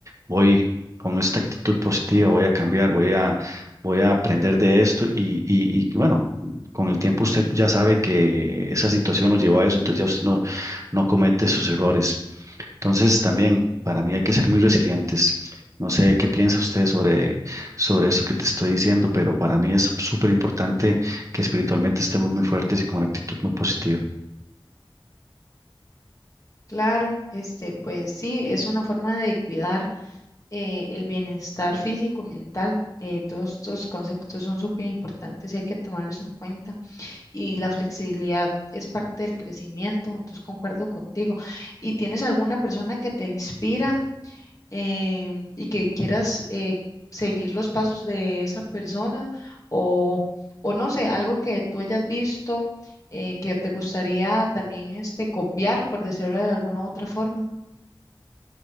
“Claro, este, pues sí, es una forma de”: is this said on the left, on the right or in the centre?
Left